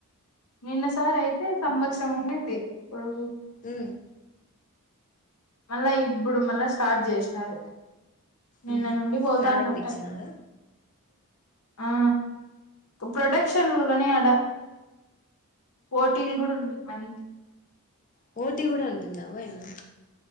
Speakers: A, on the left (about 85°); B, on the left (about 35°).
A: నిన్న సార్ అయితే సంవత్సరం ఉండింది ఇప్పుడు
B: హు
A: మళ్ళా ఇప్పుడు మళ్ళా స్టార్ట్ చేసినారు నిన్న
B: ఊహు
A: నుండి పోతానంట
B: ప్రారంభించినారా
A: ఆ ప్రొడక్షన్లు గానీ ఆడా పోటీలు గుడు ఉంటాయి వాళ్ళకి
B: పోటీ గూడ ఉంటుందా ఓయమ్మ